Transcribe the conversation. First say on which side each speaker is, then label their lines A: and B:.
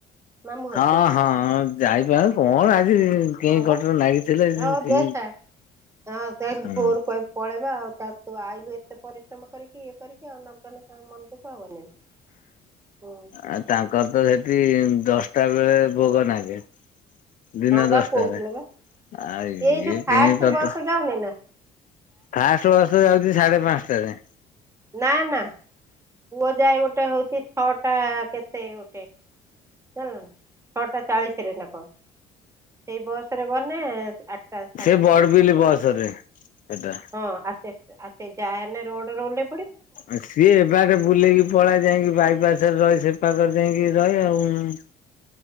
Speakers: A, on the right (about 15°); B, on the left (about 50°).
A: ମାମୁଁ ଘରକୁ
B: ହଁ, ହଁ ଯାଇପାରେ କଣ ଆଜି କେଁ
A: ହଁ ବା
B: କଟର ନାଗିଥିଲେ ସେ
A: ଓ ହଉ ଦେଖା ଆଉ ସେ <unintelligible>
B: ହୁଁ
A: ଭୋରୁ କହିବୁ ପଳେଇବା ଆଉ ତା ତୁ ଆଇଲୁ ଏତେ ପରିଶ୍ରମ କରିକି ଇଏ କରିକି ଆଉ ନ ଗନେ ତା ମନଦୁଃଖ ହବନି। ତୋ
B: ଆଉ ତାଙ୍କର ତ ସେଠି ଦଶଟା ବେଳେ ଭୋଗ ନାଗେ। ଦିନ
A: ହଁ
B: ଦଶ
A: ବା କହୁଥିଲେ
B: ଟାରେ
A: ବା
B: ଆଉ
A: ଏଇ
B: ଇଏ
A: ଯୋଉ ଫାଷ୍ଟ
B: କଣି ତାର
A: ବସ୍
B: ତ
A: ଯାଉନି ନା?
B: ଫାଷ୍ଟ ବସ୍ ଯାଉଚି ସାଢେ ପାନ୍ସଟାରେ।
A: ନା ନା ପୁଅ ଯାଏ ଗୋଟେ ହଉଛି ଛଅଟା କେତେ ଗୋଟେ। ଜାଣିଲୁ ନା? ଛଅଟା ଚାଳିଶ ରେ ନା କଣ। ସେଇ ବସ୍ ରେ ଗନେ ଆ ଟ ସାଢ଼େ
B: ସେ
A: ଆଟା
B: ବଡବିଲ
A: ସେଟା ପହଞ୍ଚେ,
B: ବସ ରେ ସେଟା।
A: ହଁ ଆସେ। ଆ, ସେ ଯା ହେନେ ରୋଡ୍ ର ଉହ୍ଲେ
B: ଆଉ ସିଏ ଏ ବାଟେ ବୁଲେଇକି ପଳା ଯାଇକି ବାଇପାସ୍ ରେ ରହେ ସେପାଖରେ ଯାଇକି ରହେ ଆଉଁ।